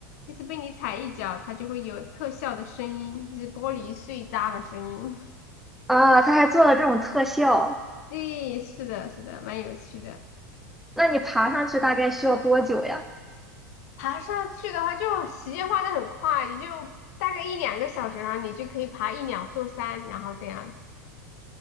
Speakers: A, on the left (about 60°); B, in the centre.
A: 就是被你踩一脚，它就会有特效的声音，就是玻璃碎渣的声音。
B: 啊，他还做了这种特效，
A: 对，是的，是的，蛮有趣的。
B: 那你爬上去大概需要多久呀？
A: 爬上去的话，就时间花得很快，你就大概一两个小时，然后你就可以爬一两座山，然后这样子，